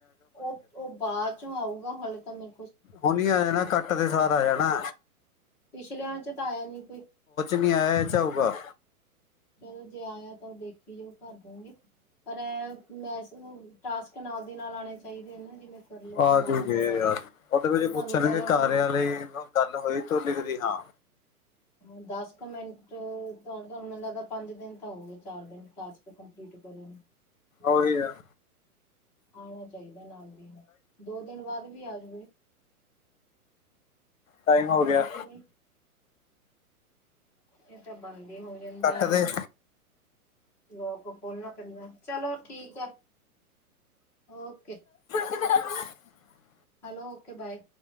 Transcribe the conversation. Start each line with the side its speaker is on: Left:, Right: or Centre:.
Centre: ਉਹ-ਉਹ ਬਾਅਦ ਚੋਂ ਆਊਗਾ? ਹਲੇੇ ਤਾਂ ਮੈਂ!
Left: ਹੁਨੀ ਆ ਜਾਣਾ, ਕੱਟ ਦੇ ਸਾਰ ਆ ਜਾਣਾ।
Centre: ਪਿਛਲਿਆਂ ਚ ਤਾਂ ਆਇਆ ਨਹੀਂ ਕੋਈ।
Left: ਨਹੀ ਆਇਆ ਇਸ ਚ ਆਊਗਾ।
Centre: ਚਲੋ ਜੇ ਆਇਆ ਤਾਂ, ਉਹ ਦੇਖੀ ਜਾਉ, ਉਹ ਭਰ ਦੂਗੀ ਪਰ ਐ ਮੈਸਿਜ ਮੂਸਿਜ। ਟਾਸਕ ਨਾਲ ਦੀ ਨਾਲ, ਆਉਣੇ ਚਾਹੀਦੇ ਨੇ ਨਾ ਜਿਵੇਂ? ਕਰਲੋ
Left: ਆਜੂ
Centre: ਤੇ ਨਾਲ ਦੀ ਨਾਲ
Left: ਗੇ
Centre: ਆ
Left: ਯਾਰ,
Centre: ਜਾਏ।
Left: ਉਹਦੇ ਵਿੱਚ
Centre: ਹੁਣ ਤੁਹਾਨੂੰ
Left: ਪੁੱਛਣਗੇ
Centre: ਕਰਿਆ
Left: ਕਾਰਿਆ
Centre: ਨੂੰ ਵੀ
Left: ਲਈ- ਗੱਲ ਹੋਈ ਤੂੰ ਲਿਖਦੀ ਹਾਂ।
Centre: ਹੂ ਦਸ ਕੁ ਮਿੰਟ, ਤੁਹਾਨੂੰ ਮੈਨੂੰ ਲੱਗਦਾ, ਪੰਜ ਦਿਨ ਤਾਂ ਹੋਗੇ, ਚਾਰ ਦਿਨ ਟਾਸਕ ਕਮਪਲਿਟ? ਕੀਟ ਕੋਲ!
Left: ਉਹੀ
Centre: <unintelligible>
Left: ਆ
Centre: ਆਉਣਾ ਚਾਹੀਦਾ ਨਾਲ ਦੀ ਨਾਲ, ਦੋ ਦਿਨ ਬਾਅਦ ਵੀ ਆ ਜਾਵੇ?
Left: ਟਾਈਮ ਹੋ ਗਿਆ।
Centre: ਕਿ ਨਹੀਂ ਇਹ ਤਾਂ ਬੰਦ ਹੀ ਹੋ ਜਾਂਦਾ
Left: ਕੱਟ
Centre: ਹੈ।
Left: ਦੇ
Centre: ਲੋਕ ਖੋਲਣਾ ਪੈਂਦਾ, ਚਲੋ ਠੀਕ ਹੈ ਓਕੇ।
Left: ਹਨ। <unintelligible>
Centre: Hello okay bye.